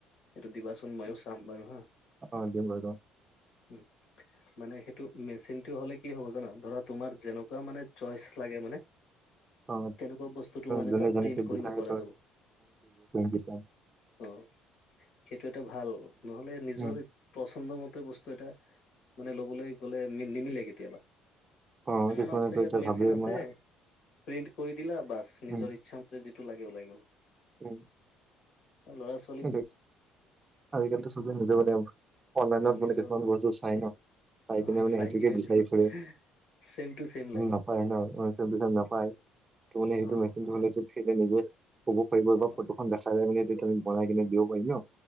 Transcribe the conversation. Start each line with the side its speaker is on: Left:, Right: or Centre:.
Left: এইটো দিবাচোন ময়ো চাম বাৰু হা।
Right: অঁ দিম বাৰু।
Left: উম। মানে সেইটো মেচিনটো হ'লে কি হ'ব জানা? ধৰা তোমাৰ যেনেকুৱা মানে চয়েচ লাগে মানে <unintelligible>
Right: অ
Left: তেনেকুৱা বস্তুটো মানে
Right: জনে
Left: তাত
Right: জনে
Left: প্ৰিন্ট
Right: ক
Left: কৰিব
Right: বিকায়
Left: পৰা
Right: এ ক ৰ
Left: যাব।
Right: ক জ। <unintelligible>
Left: অঁ, সেইটো এটা ভাল নহ'লে নিজৰ
Right: উম
Left: পছন্দ মতে বস্তু বস্তু এটা মানে ল'বলৈ গ'লে নি নি নিমিলে কেতিয়াবা।
Right: অ কিছুমানে
Left: আমাৰ
Right: তো
Left: ইয়াত
Right: এতিয়া
Left: মেচিন
Right: ভাবে
Left: আছে
Right: মই
Left: প্ৰিন্ট কৰি দিলা বাছ নিজৰ
Right: উম
Left: ইচ্ছা ম যিটো লাগে ওলাই গ'ল।
Right: উম।
Left: ল'ৰা ছো
Right: সেইটোৱে, আজিকালিটো চবে নিজৰ এনেও অনলাইনত
Left: অ', নিজৰ
Right: মানে কিছুমান বস্তু চাই ন? চাই
Left: অ',
Right: কিনে মানে সেইটোকে
Left: কিনে
Right: বিচাৰি
Left: পিছত
Right: ফুৰে।
Left: ছেম টু ছেম লাগে
Right: নাপায় ন নাপায় ত মানে সেইটো
Left: অ',
Right: <unintelligible> সেইটো হ'লে এইটোত খেলি মেলি আছে। নিজে ক'ব পাৰিব
Left: অ',
Right: বা ফটোখন দেখাই মানে এইটো আমি বনাই কিনে দিব পাৰিম ন?